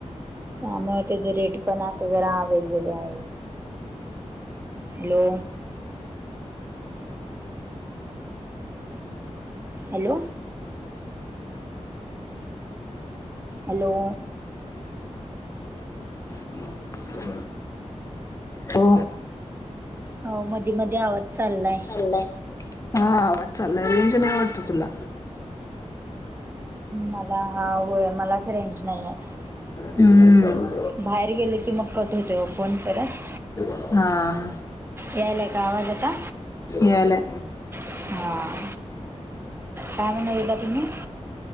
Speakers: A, on the right; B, on the left.
A: त्यामुळ त्याजे रेट पण असं जरा वेगवेगळे आहे. हॅलो. हॅलो. हॅलो.
B: <inaudible> हो.
A: हो, मधी मधी आवाज चालाय.
B: चालाय हा आवाज चालाय, रेंज नाही वाटत तुला.
A: मला हा होय मलाच रेंज नाही आहे
B: हं.
A: बाहेर गेल की, मग कट होतंय ओ फोन परत.
B: हा हा.
A: यायलाय का आवाज आता?
B: यालाय.
A: हा काय म्हणत होता तुम्ही?